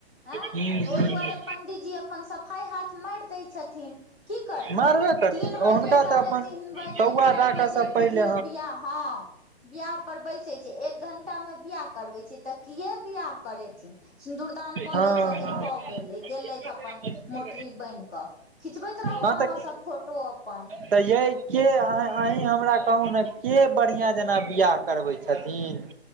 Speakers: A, in the centre; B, on the right.
A: हँ
B: हूँ
A: तऽ ओहि
B: हूँ
A: दुआरे पण्डीजी अपन सफाइ हाथ मारि दैत छथिन की करथिन
B: मारबे करथिन
A: तीन बजे
B: हुनका
A: साढ़े
B: तऽ अपन
A: तीन बजे
B: कौआ
A: चारि
B: डाका
A: बजे
B: सब पहिले
A: बुझियौ बियाह हँ बियाह पर बैसे छै एक घंटा में बियाह करबै छै तऽ किए बियाह करेथिन सिन्दूरदान कऽ
B: हँ
A: दै छथिन
B: हँ हँ
A: भऽ गेलै गेलथि अपन मोटरी बान्हि कऽ खिचबैत रहू
B: हँ
A: अहाँसभ
B: तऽ
A: फोटो अपन
B: तऽ ये के आँही हमरा कहु ने के बढ़िया जेना बियाह करबै छथिन